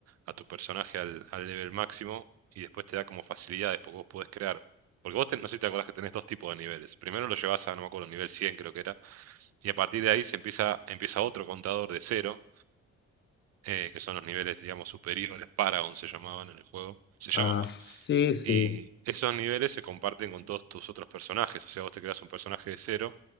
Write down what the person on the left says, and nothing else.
Ah,
sí, sí.